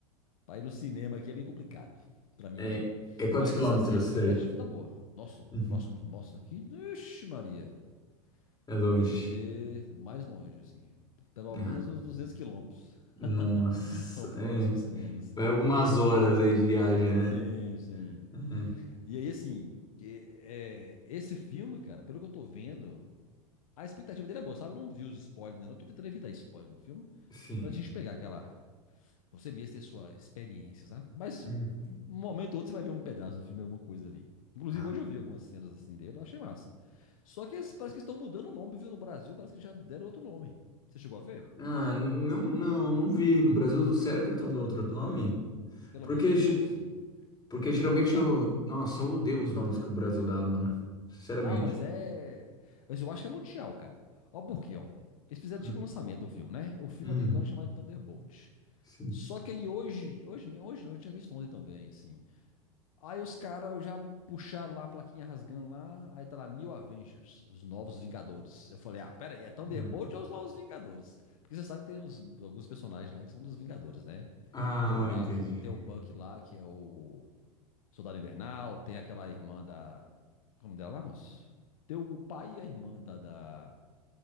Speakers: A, on the left; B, on the left.
A: pra ir no cinema aqui é meio complicado pra mim
B: É,
A: aqui.
B: é quantos
A: Mas
B: quilômetros
A: assim, a expectativa
B: daí?
A: tá boa. Nossa, o
B: Uhum.
A: próximo, nossa, que, ixi Maria.
B: É longe.
A: Deixa eu ver mais longe, assim. Pelo
B: Ah,
A: menos uns 200 quilômetros. <laughs>
B: nossa.
A: O próximo
B: É.
A: cinema, assim.
B: Vai algumas horas aí de viagem, né?
A: Sim, sim.
B: Uhum.
A: E aí, assim, que- é, esse filme, cara, pelo que eu tô vendo, A expectativa dele é boa, sabe? Eu não vi os spoilers, né? Eu tô tentando evitar spoiler do filme.
B: Sim.
A: Pra gente pegar aquela. Você mesmo ter sua experiência, sabe? Mas
B: Uhum.
A: um momento ou outro você vai ver um pedaço do filme, alguma coisa ali. Inclusive,
B: Ah,
A: hoje eu vi algumas cenas assim dele, eu achei massa. Só que eles- parece que estão mudando o nome, viu? No Brasil, parece que já deram outro nome. Você chegou a ver?
B: ah, não, não, não vi. No Brasil, sério que eles estão dando outro nome?
A: Pelo
B: Porque
A: menos eu vi
B: ge-
A: hoje, assim.
B: Porque
A: Hum,
B: geralmente
A: pode falar.
B: eu. Nossa, eu odeio os nomes que o Brasil dá, mano. Sinceramente.
A: Não, mas é. Mas eu acho que é mundial, cara. Ó, por quê, ó? Eles fizeram
B: Hum.
A: tipo o lançamento do filme, né? O filme
B: Hum,
A: até então era chamado de Thunderbolt.
B: sim.
A: Só que aí hoje, hoje, hoje não, eu tinha visto ontem também, assim. Aí os caras já puxaram lá a plaquinha rasgando lá, aí tá lá New Avengers, os Novos Vingadores. Eu falei, ah, pera aí, é Thunderbolt
B: Hum.
A: ou os Novos Vingadores? Porque você sabe que tem uns- alguns personagens lá que são dos Vingadores, né?
B: Ah,
A: Tem o Buck,
B: entendi.
A: tem o Buck lá, que é o Soldado Invernal, tem aquela irmã da... Como é dela lá, moço? Tem o pai e a irmã da, da,